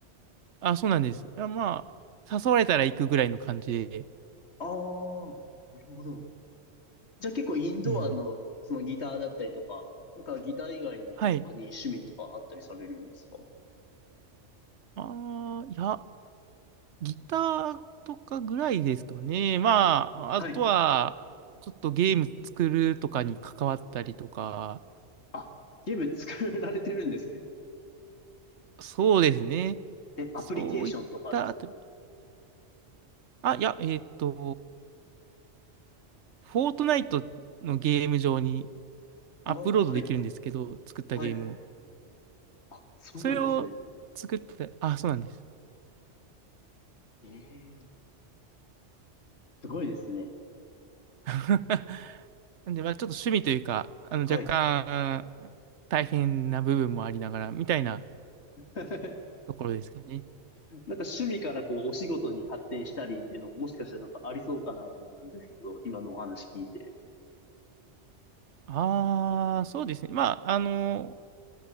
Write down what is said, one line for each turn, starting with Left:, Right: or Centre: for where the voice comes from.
Right: あ、そうなんです。あまあ、誘われたら行くぐらいの感じで。
Left: ああ、なるほど。じゃあ結構インドアの、
Right: うん。
Left: そのギターだったりとか、なんかギター以外に他に趣味とかあったりされるんですか
Right: はい。ああ、いや、ギターとかぐらいですかね。まあ、あとは、
Left: はい。
Right: ちょっとゲーム作るとかに関わったりとか、
Left: あ、ゲーム作られてるんですね。
Right: そうですね。
Left: え、アプリケーションとかです。
Right: そういったあたり。あ、いや、えっと、フォートナイトのゲーム上にアップロードできるんですけど、
Left: ああ、はい、
Right: 作ったゲームを。
Left: はい。あ、そうなんですね。
Right: それを作った、あ、そうなんです。
Left: ええすごいですね。
Right: <laughs> なんで、まあちょっと趣味というか、あの、若干、
Left: はい。
Right: 大変な部分もありながら、みたいな
Left: <laughs> な
Right: ところですかね。
Left: んか趣味からこうお仕事に発展したりっていうのももしかしたらなんかありそうかなと思ったんですけど、今のお話聞いて。
Right: ああ、そうですね。まあ、あの、